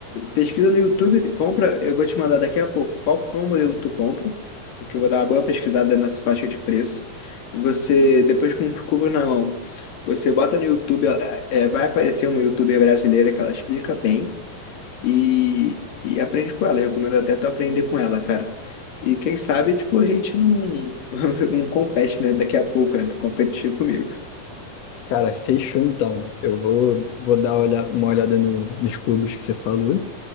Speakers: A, on the left (about 75°); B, on the left (about 60°).
A: pesquisa no YouTube, compra. Eu vou te mandar daqui a pouco qual, qual modelo tu compra, porque eu vou dar uma boa pesquisada nessa faixa de preço. Você, depois com os cubos na mão. Você bota no YouTube, ela- é, vai aparecer uma YouTuber brasileira que ela explica bem e, e aprende com ela. Eu recomendo até tu aprender com ela, cara. E quem sabe, tipo, a gente não, <laughs> não compete, né? Daqui a pouco, né? Tu competir comigo.
B: Cara, fechou então. Eu vou, vou dar olha- uma olhada no- nos cubos que você falou.